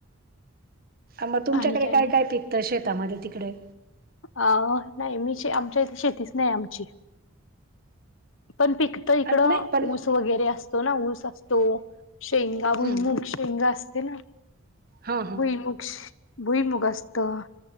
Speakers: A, on the right; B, on the left.
A: मग तुमच्याकडे
B: आणि
A: काय
B: म्हणत
A: काय पीकतं शेतामधे तिकडे?
B: अ नाही मीे आमच्या इथे शेतीच नाही, आमची पण पिकतं इकडं
A: नाही पण
B: ऊस वगैरे असतो ना ऊस असतो शेंगा भुईमूग
A: हम्म
B: शें‌ शेंगा असते ना?
A: हा हा.
B: भुईमुग भुईमुग असतं